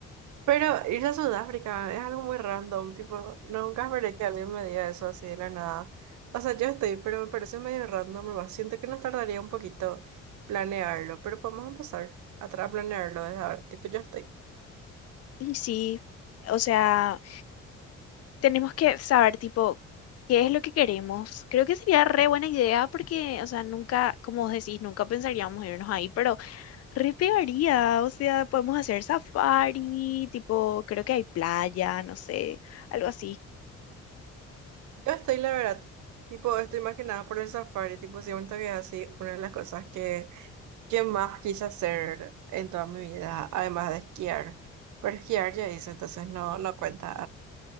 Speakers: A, on the right; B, on the left.
A: Pero irse a Sudáfrica es algo muy random, tipo, nunca esperé que alguien me diga eso así de la nada. O sea, yo estoy, pero me parece medio random, nomás. Siento que nos tardaría un poquito planearlo, pero podemos empezar a tra- a planearlo desde ahora. Tipo, yo estoy.
B: Y sí, o sea, tenemos que saber, tipo, qué es lo que queremos. Creo que sería re buena idea porque, o sea, nunca, como vos decís, nunca pensaríamos irnos ahí, pero re pegaría, o sea, podemos hacer safari, tipo, creo que hay playa, no sé, algo así.
A: Yo estoy, la verdad. Tipo, estoy más que nada por el safari, tipo, siento que es así una de las cosas que, que más quise hacer en toda mi vida, además de esquiar. Pero esquiar ya hice, entonces no, no cuenta,